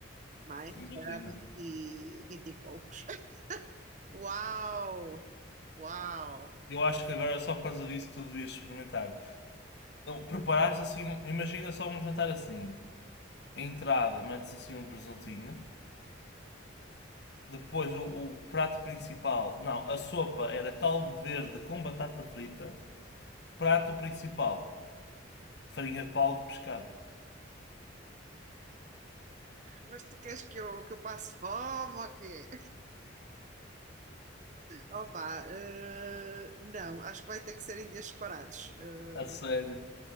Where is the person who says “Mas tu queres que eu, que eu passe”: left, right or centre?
Right